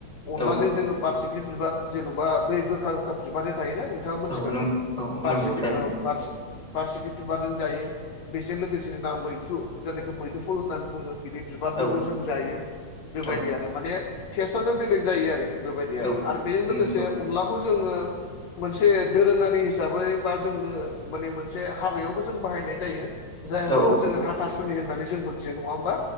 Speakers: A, on the left; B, in the centre.
A: अनलाजों
B: औ औ
A: <unintelligible> बारसिखि बिबार जेन'बा बै गोखा गोखा बिबारनि थायोना नों ङा मोनथिखागोन
B: औ नों औ
A: बासिखि
B: नंगौ थारैनो
A: ओ बासिखि बारसिखि बिबारजों जायो बेजों लोगोसे जोंना मैथ्रु जायनाखि मैदुफुल होननानै बुङो बिदि बिबारजोंबो
B: औ
A: जों जायो बेबायदि
B: औ
A: आरो माने टेस्टआनो बेलेग जायो आरोखि बेबायदि
B: औ
A: आरो आरो बेजों
B: उम
A: लोगोसे
B: औ
A: अनलाखौ जोङो मोनसे दोरोङारि हिसाबै बा जोङो माने मोनसे हाबायावबो जों बाहायनाय जायो जाय हाबाखौ
B: औ
A: जोङो हाथासुनि होननानै जों मोनथियो नङा होमबा